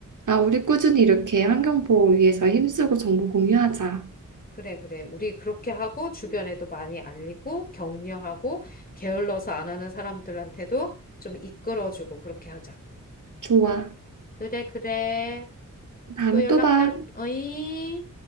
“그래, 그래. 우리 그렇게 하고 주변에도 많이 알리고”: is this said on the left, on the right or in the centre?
Left